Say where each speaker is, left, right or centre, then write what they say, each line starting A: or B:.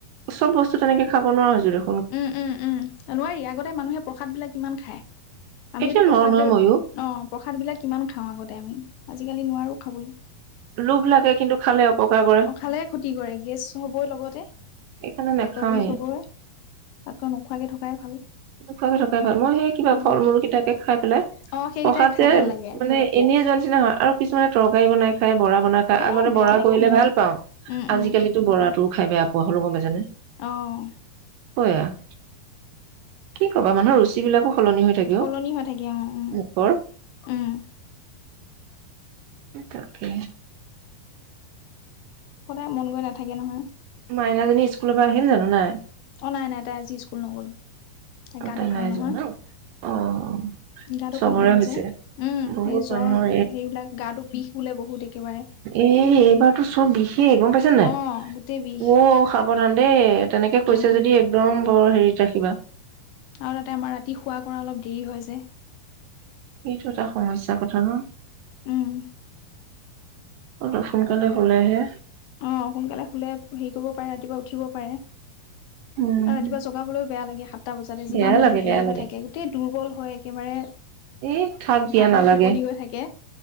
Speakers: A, on the right; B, on the left.
A: চব বস্তু তেনেকে খাব নোৱাৰা হৈছোঁ।
B: উম উম উম নোৱাৰি আগতে মানুহে প্ৰসাদবিলাক কিমান খায়। আমিওতো
A: এতিয়া নোৱাৰো
B: প্ৰসাদ
A: নহয়
B: অ
A: মইয়ো
B: প্ৰসাদবিলাক কিমান খাওঁ আগতে আমি। আজিকালি নোৱাৰোঁ খাবলৈ।
A: লোভ লাগে কিন্তু খালে। অপকাৰ কৰে
B: অ খালে ক্ষতি কৰে গেছ হ'বই লগতে
A: সেইকাৰণে নাখাওৱে।
B: পেটৰ বিষ হ'বই। তাতকৈ নোখোৱাকে থকাই ভাল।
A: নোখোৱাকে থকাই ভাল মই সেই কিবা
B: উম,
A: ফল মূল কেইটাকে খাই প্ৰসাদ
B: অ সেইকেইটাই খাই
A: যে
B: ভাল
A: মানে
B: লাগে
A: এনেে যোৱাোৱাৰ নিচিনা হয় আৰু কিছুমানে তৰ। তৰকাৰী বনাই খাই বৰা বনাই খাই
B: এ
A: আগতে
B: বেয়া
A: বৰা
B: লাগে
A: কৰিলে
B: খাই
A: ভাল পাওঁ
B: উম উম
A: আজিকালিতো বৰাতো খাই বেয়া পোৱা হ'লো‌ গম পাইছানে?
B: অ',
A: <unintelligible> কি ক'বা মানুহৰ ৰুচি বিলাকো সলনি হৈ থাকে
B: সলনি
A: অ।
B: হৈ থাকে অ', -অ',
A: মুখৰ
B: উম।
A: তাকেই
B: সদায় মন গৈ নাথাকে নহয়
A: মাইনাজনী স্কুলৰ পৰা আহিল জানো নাই।
B: অ', নাই নাই তাই আজি স্কুল নগ'ল। তাইৰ
A: অ
B: গাটো
A: তাই
B: ভাল
A: নাই
B: নহয়,
A: যোৱা ন অ।
B: গাটো
A: চবৰে
B: ভাল নহয়
A: হৈছে
B: যে, উম
A: বহুত
B: এই জ্বৰ
A: মানুহৰ
B: হেৰিলাক গাটো বিষ বোলে বহুত একেবাৰে
A: এহ এইবাৰতো চব বিষে গম পাইছে নাই।
B: অ', গোটেই বিষ
A: অ', সাবধান দে। তেনেকে কৈছে
B: উম,
A: যদি একদম অ', হেৰিত ৰাখিবা
B: আৰু তাতে আমাৰ ৰাতি শুৱা কৰা অলপ দেৰি হয় যে।
A: এইটো এটা সমস্যা কথা ন
B: উম।
A: অলপ সোনকালে হলেহে।
B: অ', সোনকালে শুলে হেৰি কৰিব পাৰে ৰাতিপুৱা উঠিব পাৰে।
A: উম,
B: আৰু ৰাতিপুৱা জগাবলৈও বেয়া লাগে, সাতটা বজাতে
A: বেয়া
B: যিমান
A: লাগে
B: হেৰি
A: বেয়া
B: হৈ
A: লাগে
B: থাকে, গোটেই দুৰ্বল হয় একেবাৰে
A: এই থাক দিয়া
B: ভাগৰত
A: নালাগে
B: টোপনি গৈ থাকে,